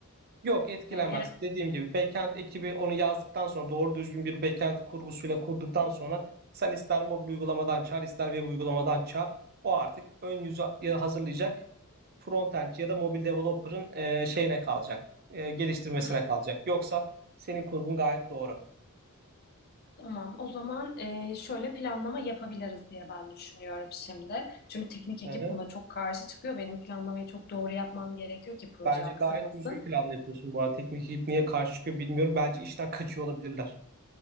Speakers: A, on the right; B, on the left.
A: Yok etkilemez.
B: Yani her...
A: Dediğim gibi backend ekibi onu yazdıktan sonra doğru düzgün bir backend kurgusuyla kurduktan sonra sen ister mobil uygulamadan çağır ister web uygulamadan çağır. O artık ön yüzü e, hazırlayacak frontend ya da mobil developer'ın e, şeyine kalacak. e, geliştirmesine
B: Hı.
A: kalacak. Yoksa senin kurgun gayet doğru.
B: Tamam, o zaman e, şöyle planlama yapabiliriz diye ben düşünüyorum şimdi. Çünkü teknik ekip
A: Hı hı.
B: buna çok karşı çıkıyor. Benim planlamayı çok doğru yapmam gerekiyor ki proje
A: Bence
B: aksamasın.
A: gayet düzgün planlı yapıyorsun bu arada. Teknik ekip niye karşı çıkıyor bilmiyorum. Bence işten kaçıyor olabilirler.